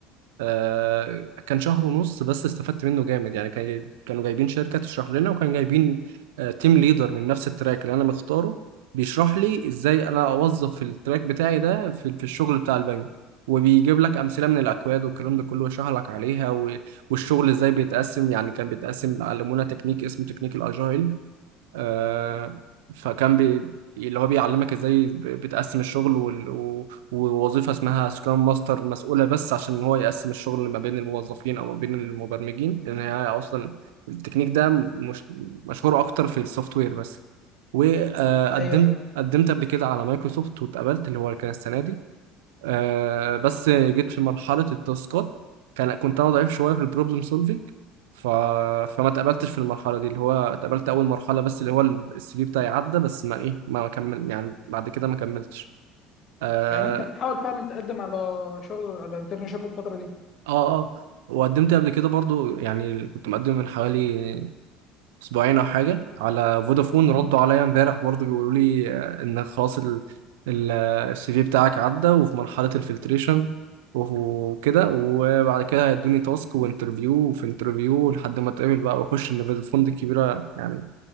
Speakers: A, on the right; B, on the left.
A: آه، كان شهر ونص بس استفدت منه جامد يعني كان كانوا جايبين شركة تشرح لنا وكان جايبين آه، تيم ليدر من نفس التراك اللي أنا مختاره بيشرح لي إزاي أنا أوظف التراك بتاعي ده في في الشغل بتاع البنك وبيجيب لك أمثلة من الأكواد والكلام ده كله ويشرح لك عليها و- والشغل إزاي بيتقسم يعني كان بيتقسم علمونا تكنيك اسمه تكنيك الأجايل آه، فكان بي اللي هو بيعلمك ازاي ب- بتقسم الشغل وال- و- ووظيفة اسمها سكرام ماستر مسؤولة بس عشان هو يقسم الشغل ما بين الموظفين او ما بين المبرمجين لان هي اصلا التكنيك ده مش مشهور اكتر في السوفت وير بس وقدمت
B: ايوه ايوه
A: قدمت قبل كده على مايكروسوفت واتقبلت اللي هو كان السنة دي آه بس جيت في مرحلة التاسكات كان كنت أنا ضعيف شوية في البروبلم سولفينج ف... فما اتقبلتش في المرحلة دي اللي هو اتقبلت أول مرحلة بس اللي هو السي في بتاعي عدى بس ما إيه ما ما كمل يعني بعد كده ما كملتش آه
B: يعني انت بتحاول فعلا تقدم على شغل على انترنشيب الفتره دي
A: آه آه وقدمت قبل كده برضو يعني كنت مقدم من حوالي اسبوعين او حاجه على فودافون
B: مم.
A: ردوا عليا امبارح برضو بيقولوا لي آه، ان خلاص ال ال- آه، السي في بتاعك عدى وفي مرحله الفلتريشن وكده وبعد كده هيدوني تاسك وانترفيو وفي انترفيو لحد ما اتقابل بقى واخش ان فودافون دي كبيره يعني